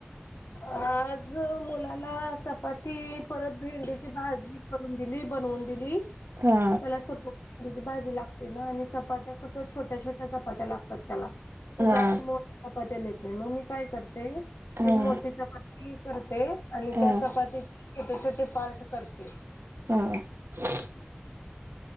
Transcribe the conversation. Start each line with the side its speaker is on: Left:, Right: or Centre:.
Left: आज जो मुलाला चपाती परत भेंडीची भाजी. करून दिली बनवून दिली त्याला
Right: हा
Left: सोप्प जिची भाजी लागते ना आणि चपात्या कस छोट्या छोट्या चपात्या लागतात त्याला. तू
Right: हा
Left: जास्त मोट चपाप्या येते मग मी काय करते एक
Right: हा
Left: मोठी. चपाती करते आणि
Right: हा
Left: त्या
Right: हा
Left: चपातीचे छोटे छोटे पार्ट करते.
Right: ह.